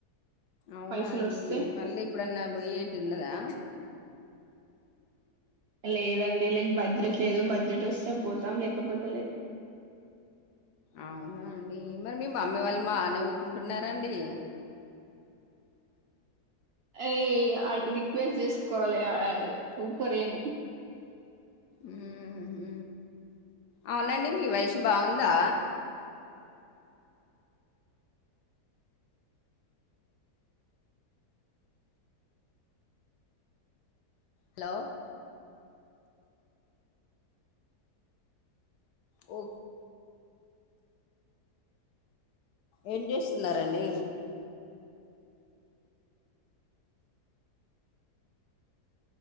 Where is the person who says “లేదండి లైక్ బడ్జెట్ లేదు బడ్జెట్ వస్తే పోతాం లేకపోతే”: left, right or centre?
Right